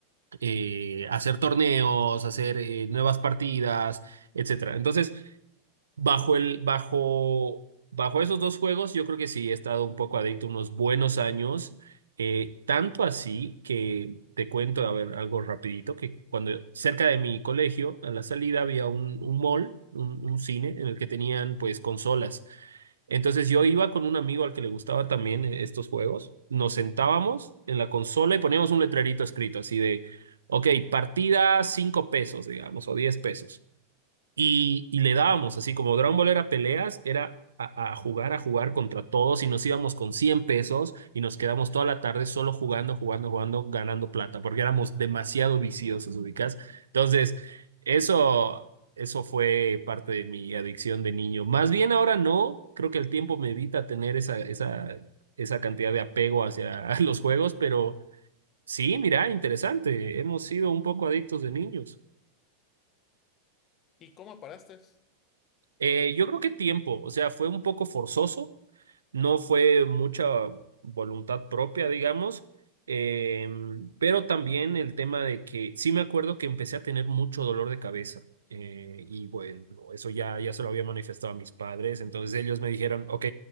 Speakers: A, on the right; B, on the left.
A: eh, hacer torneos, hacer eh, nuevas partidas, etcétera. Entonces, Bajo el, bajo, bajo esos dos juegos, yo creo que sí he estado un poco adicto unos buenos años. eh, tanto así que te cuento, a ver, algo rapidito, que cuando cerca de mi colegio, a la salida había un, un mall, un, un cine en el que tenían pues consolas. Entonces yo iba con un amigo al que le gustaba también eh, estos juegos, nos sentábamos en la consola y poníamos un letrerito escrito así de, ok, partida cinco pesos, digamos, o diez pesos. Y, y le dábamos, así como Dragon Ball era peleas, era a, a jugar, a jugar contra todos y nos íbamos con 100 pesos y nos quedamos toda la tarde solo jugando, jugando, jugando, ganando plata, porque éramos demasiado viciosos, ubicás. Entonces, eso, eso fue parte de mi adicción de niño. Más bien ahora no, creo que el tiempo me evita tener esa, esa, esa cantidad de apego hacia <laughs> los juegos, pero sí, mira, interesante, hemos sido un poco adictos de niños.
B: ¿Y cómo paraste?
A: Eh, yo creo que tiempo, o sea, fue un poco forzoso, no fue mucha voluntad propia, digamos, eh, pero también el tema de que sí me acuerdo que empecé a tener mucho dolor de cabeza eh, y bueno, eso ya, ya se lo había manifestado a mis padres, entonces ellos me dijeron, ok,